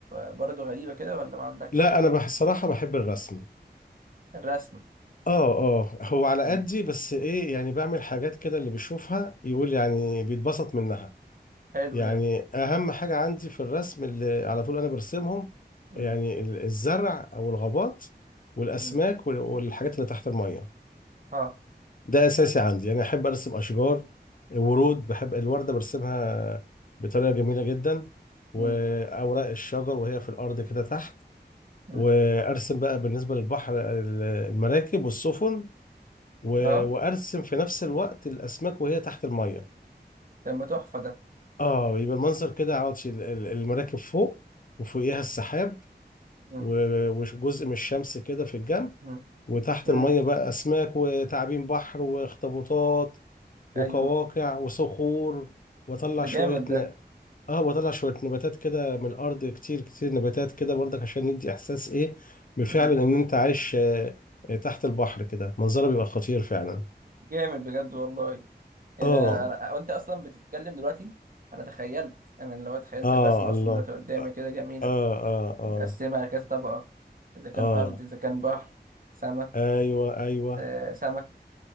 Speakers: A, on the right (about 55°); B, on the left (about 50°).
A: برضو غريبة كده ولا ما عندكش
B: لا انا بح- بصراحه بحب الرسم
A: الرسم
B: اه اه هو على
A: مم.
B: قدي بس ايه يعني بعمل حاجات كده اللي بيشوفها يقول يعني بيتبسط منها
A: حلو
B: يعني
A: ده
B: اهم حاجه عندي في الرسم اللي على طول انا برسمهم
A: مم.
B: يعني ال- الزرع او الغابات والاسماك
A: مم.
B: وال- والحاجات اللي تحت الميه
A: اه
B: ده اساسي عندي انا احب ارسم اشجار ورود بحب الورده برسمها بطريقه جميله جدا واوراق
A: مم.
B: الشجر وهي في الارض كده تحت
A: مم.
B: وارسم بقى بالنسبه للبحر ال- المراكب والسفن و-
A: اه
B: وارسم في نفس الوقت الاسماك وهي تحت الميه
A: ده ما تحفة ده
B: اه يبقى المنظر كده عاوز ال- ال- المراكب فوق وفوقيها السحاب
A: مم.
B: و- وجزء من الشمس كده في الجنب
A: مم.
B: وتحت
A: مم.
B: المية بقى أسماك وتعابين بحر واخطبوطات
A: ايوه
B: وقواقع وصخور وأطلع
A: ده
B: شوية
A: جامد ده
B: ن... آه وأطلع شوية نباتات كده من الأرض كتير كتير نباتات كده برضك عشان ندي إحساس إيه بالفعل
A: مم.
B: إن أنت عايش آه، آه، تحت البحر كده منظره بيبقى خطير فعلا
A: جامد بجد والله انا
B: آه
A: انا وانت اصلا بتتكلم دلوقتي انا تخيلت انا لو تخيلت
B: آه
A: الرسمة
B: الله
A: اصلا دلوقتي قدامي كده جميلة
B: آه آه آه
A: متقسمة على كذا طبقة اذا كان
B: آه
A: ارض اذا كان بحر سما
B: أيوه أيوه
A: آه، سمك